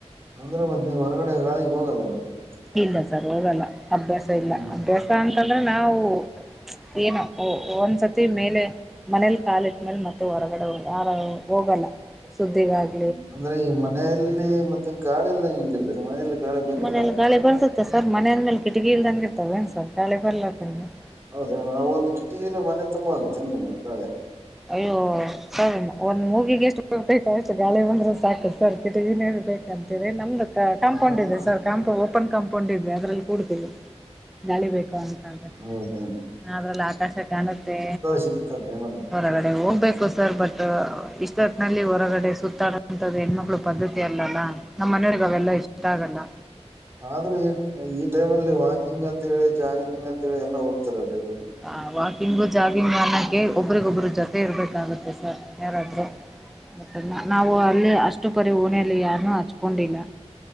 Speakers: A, on the right (about 20°); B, in the centre.
A: ಅಂದ್ರೆ ಮತ್ತ್ ನೀವು ಹೊರಗಡೆ ಗಾಳಿಗೆ ಹೋಗಲ್ಲೇನ್ರರಿ. <inaudible>
B: ಇಲ್ಲ ಸರ್ ಹೋಗಲ್ಲ ಅಭ್ಯಾಸ ಇಲ್ಲ
A: ಹ್ಮ್
B: ಅಭ್ಯಾಸ ಅಂತಂದ್ರೆ ನಾವು? <inaudible> ಏನೋ ಒಂದ್ಸತಿ ಮೇಲೆ? <inaudible> ಮನೇಲಿ ಕಾಲಿಟ್ಟ್ಮೇಲೆ ಮತ್ತೆ ಹೊರಗಡೆ ಯ ಹೋಗಲ್ಲ ಸುದ್ದಿಗಾಗಿ? <inaudible>
A: ಹ್ಮ ಅಂದ್ರೆ ಈ ಮನೆಯಲ್ಲಿ ಮತ್ತೆ ಗಾಳಿಯಲ್ಲ ಹೇಗಿರ್ತೀರ ಮನೆಯಲ್ಲಿ? <inaudible>
B: ಮನೇಲಿ ಗಾಳಿ
A: ಮನೆ
B: ಬರ್ತತ್ತ ಸರ್ ಮನೇಲಿ ಅಂದ ಮೇಲೆ ಕಿಟಕಿಲ್ದಂಗ ಇರುತ್ತದೆಂಗೆ ಇರುತ್ತದೆ ಏನ್ ಸರ್ ಗಾಳಿ ಬರದಂಗೆ? <inaudible>
A: ಹೌದ ಒಂದು ಕಿಟಕಿಲ್ಲ ಮನೆ ತುಂಬಾ <unintelligible>
B: ಅಯ್ಯೋ ಸರ್ ಒಂದ್ ಮೂಗಿಗೆ ಎಷ್ಟು <unintelligible> ಗಾಳಿ ಬಂದ್ರೆ ಸಾಕು ಸರ್ ಕಿಟಗಿ ನೇ ಬೇಕಂತೀರಿ ನಮ್ದ
A: ಗಾಳಿ
B: ಕಾಂಪೌಂಡ್ ಇದೆ ಸರ್ ಕಾಂಪೌ ಓಪನ್ ಕಾಂಪೌಂಡ್ ಇದೆ ಅದರಲ್ಲಿ ಕೂಡ್ತೀವಿ ಗಾಳಿ ಬೇಕು- ಅಂತಂದ್ರೆ
A: ಹೌದನ್
B: ಅದ್ರಲ್ಲಿ ಆಕಾಶ ಕಾಣುತ್ತೆ
A: ಸಿಗುತ್ತಲ್ ರಿ ಮೇಡಂ
B: ಹೊರಗಡೆ ಹೋಗ್ಬೇಕು ಸರ್ ಬಟ್ ಇಷ್ಟೊತ್ತನಲ್ಲಿ ಹೊರಗಡೆ ಸುತ್ತಾಡೋಂತದ್ದು ಹೆಣ್ಮಕ್ಕಳು ಪದ್ಧತಿ ಅಲ್ಲಲ್ಲಾ ನಮ್ಮನ್ನೆ ಯುವಿಗೆ ಅವೆಲ್ಲಾ ಇಷ್ಟಾ ಆಗಲ್ಲಾ
A: ಆದ್ರೆ ಈ ಈ ಟೈಮಲ್ಲಿ ವಾಕಿಂಗ್ ಅಂತೇಳಿ ಜಾಗಿಂಗ್ ಅಂತೇಳಿ ಎಲ್ಲ ಹೋಗ್ತಾರಲ್ರಿ ಇವರು
B: ಹಾ ವಾಕಿಂಗು ಜಾಗಿಂಗ್ ಅನ್ನೋಕ್ಕೆ ಒಬರಿಗೊಬ್ಬ್ರ ಜೊತೆ ಇರಬೇಕಾಗುತ್ತೆ ಸರ್ ಯಾರಾದರೂ ಮತ್ತನ್ನು ನಾವು ಅಲ್ಲಿ ಅಷ್ಟು ಪರಿ ಓಣಿಯಲ್ಲಿ ಯಾರನು ಹಚ್ಕೊಂಡಿಲ್ಲಾ